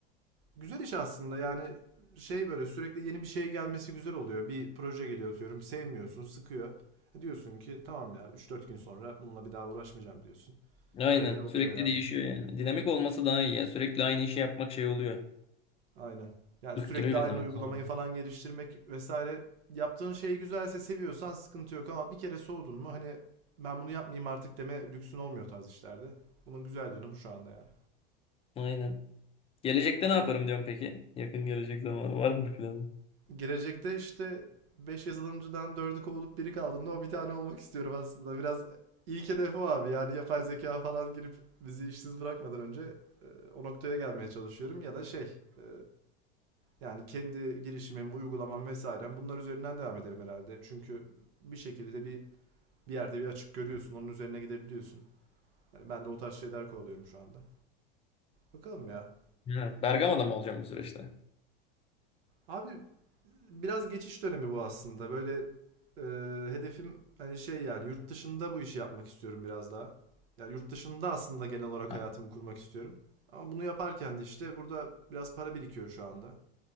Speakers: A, on the right (about 70°); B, on the left (about 20°).
A: Güzel iş aslında yani şey böyle sürekli yeni bir şey gelmesi güzel oluyor. Bir proje geliyor atıyorum sevmiyorsun sıkıyor. E Diyorsun ki tamam ya üç dört gün sonra bununla bir daha uğraşmayacağım diyorsun.
B: Aynen.
A: Öyle de oluyor
B: Sürekli
A: yani.
B: değişiyor yani. Dinamik olması daha iyi ya. Sürekli aynı işi yapmak şey oluyor.
A: Aynen. Yani
B: Bıktırıyor
A: sürekli aynı
B: bir zaman
A: uygulamayı
B: sonra.
A: falan geliştirmek vesaire. Yaptığın şey güzelse seviyorsan sıkıntı yok ama bir kere soğudun mu hani ben bunu yapmayayım artık deme lüksün olmuyor tarz işlerde. Bunun güzel yanı bu şu anda yani.
B: Aynen. Gelecekte ne yaparım diyorum peki? Yakın gelecek zamanı var mı bir planın?
A: Gelecekte işte 5 yazılımcıdan dördü kovulup biri kaldığında o bir tane olmak istiyorum aslında. Biraz ilk hedef o abi yani yapay zeka falan girip bizi işsiz bırakmadan önce e, o noktaya gelmeye çalışıyorum ya da şey e, Yani kendi girişimim, uygulamam vesairem bunlar üzerinden devam ederim herhalde. Çünkü bir şekilde bir bir yerde bir açık görüyorsun, onun üzerine gidebiliyorsun. Hani ben de o tarz şeyler kovalıyorum şu anda. Bakalım ya.
B: Ha, Bergama'da mı olacağım bu süreçte?
A: Abi biraz geçiş dönemi bu aslında. Böyle e, hedefim hani şey yani yurt dışında bu işi yapmak istiyorum biraz daha. Yani yurt dışında aslında genel olarak
B: Ha,
A: hayatımı kurmak istiyorum. Ama bunu yaparken de işte burada biraz para birikiyor şu anda.